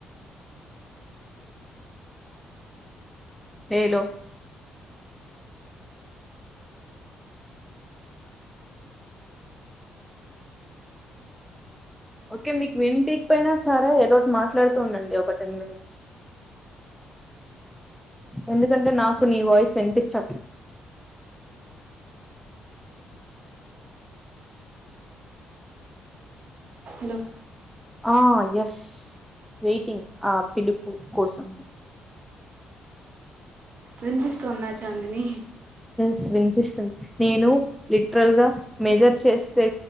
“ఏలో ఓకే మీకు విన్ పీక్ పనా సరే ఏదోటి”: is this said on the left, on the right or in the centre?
Centre